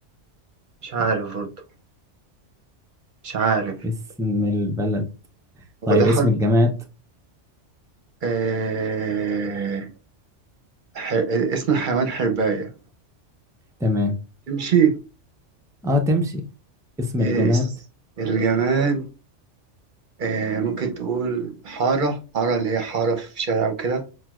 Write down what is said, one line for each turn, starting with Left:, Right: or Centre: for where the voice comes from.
Right: مش عارف برضه مش عارف
Centre: اسم البلد
Right: هو
Centre: طيب
Right: ده حر...
Centre: اسم الجماد
Right: آه ح... اسم الحيوان حرباية
Centre: تمام
Right: تمشي
Centre: اه تمشي اسم
Right: آه
Centre: الجماد
Right: اس- الجماد آه ممكن تقول حارة حارة اللي هي حارة في شارع وكده